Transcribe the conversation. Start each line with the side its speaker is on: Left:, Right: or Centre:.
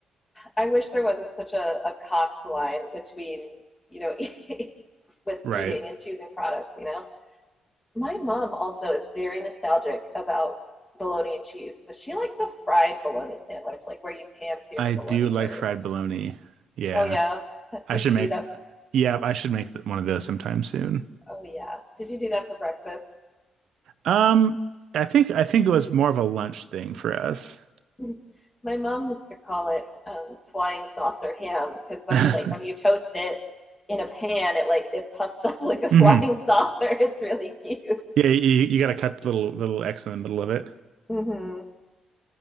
Left: I wish there wasn't such a, a cost line between, you know, <laughs> with
Right: Right.
Left: eating and choosing products, you know? My mom also is very nostalgic about bologna and cheese, but she likes a fried bologna sandwich, like where you pan sear
Right: I
Left: the bologna
Right: do like
Left: first.
Right: fried bologna. Yeah.
Left: Oh, yeah.
Right: I
Left: Did
Right: should
Left: you
Right: make,
Left: do that? For,
Right: yeah, I should make one of those sometime soon.
Left: oh, yeah. Did you do that for breakfast?
Right: Um, I think I think it was more of a lunch thing for us.
Left: <laughs> My mom used to call it um, flying saucer ham because when
Right: <laughs> hmm
Left: you like when you toast it in a pan, it like it puffs <laughs> up like a flying
Right: Yeah,
Left: saucer. It's really cute.
Right: you, you got to cut the little little X in the middle of it.
Left: hmm